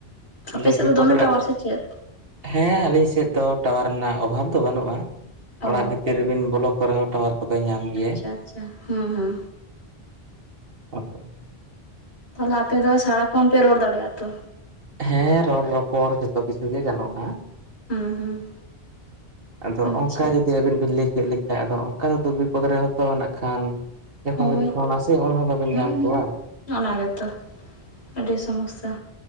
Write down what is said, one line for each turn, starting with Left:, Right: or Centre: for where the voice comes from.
Left: ᱟᱯᱮ
Right: ᱫᱩᱠ
Left: ᱥᱮᱫ
Right: ᱵᱤᱯᱚᱫ
Left: ᱫᱚ ᱫᱚᱢᱮ
Right: ᱨᱮ
Left: ᱴᱟᱣᱟᱨ ᱥᱮ ᱪᱮᱫ?
Right: ᱦᱮᱸ ᱟᱹᱞᱤᱧ ᱥᱮᱫ ᱫᱚ ᱴᱟᱣᱟᱨ ᱨᱮᱱᱟᱜ ᱚᱵᱷᱟᱵ ᱫᱚ ᱵᱟᱹᱱᱩᱜᱼᱟ᱾
Left: ᱚ
Right: ᱚᱲᱟᱜ ᱵᱷᱤᱛᱤᱨ ᱨᱮᱵᱤᱱ ᱵᱚᱞᱚ ᱠᱚᱜ ᱨᱮᱦᱚᱸ ᱴᱟᱣᱟᱨ ᱠᱚᱫᱚᱭ ᱧᱟᱢ ᱜᱮ᱾
Left: ᱟᱪᱪᱷᱟ ᱟᱪᱪᱷᱟ ᱦᱩᱸ ᱦᱩᱸ
Right: ᱚ <unintelligible>
Left: ᱛᱟᱦᱞᱮ ᱟᱯᱮ ᱫᱚ ᱥᱟᱨᱟᱠᱷᱚᱱ ᱯᱮ ᱨᱚᱲ ᱫᱟᱲᱮᱭᱟᱜᱼᱟ ᱛᱚ?
Right: ᱦᱮᱸ ᱨᱚᱲ ᱨᱚᱯᱚᱲ ᱡᱚᱛᱚ ᱠᱤᱪᱷᱩ ᱜᱮ ᱜᱟᱱᱚᱜᱼᱟ᱾
Left: ᱦᱩᱸ ᱦᱩᱸ
Right: ᱟᱫᱚ
Left: ᱟᱪᱪᱷᱟ
Right: ᱚᱱᱠᱟ ᱡᱩᱫᱤ ᱟᱹᱵᱤᱱ ᱵᱤᱱ ᱞᱟᱹᱭ ᱠᱮᱫ ᱞᱮᱠᱟ ᱟᱫᱚ ᱚᱱᱠᱟ ᱫᱚ ᱫᱩᱠ ᱵᱤᱯᱚᱫᱽ ᱨᱮ ᱦᱚᱛᱚᱣᱟᱱᱟᱜ ᱠᱷᱟᱱ ᱡᱚᱠᱷᱚᱱ
Left: ᱦᱳᱭ
Right: ᱵᱤᱱ ᱯᱷᱳᱱ ᱟᱥᱮ ᱩᱱᱦᱚ ᱵᱟᱹᱵᱤᱱ
Left: ᱦᱩᱸᱜ
Right: ᱧᱟᱢ
Left: ᱩᱸ ᱦᱩᱸᱜ
Right: ᱠᱚᱣᱟ᱾
Left: ᱩᱸ ᱚᱱᱟ ᱜᱮᱛᱚ ᱟᱹᱰᱤ ᱥᱚᱢᱚᱥᱥᱟ,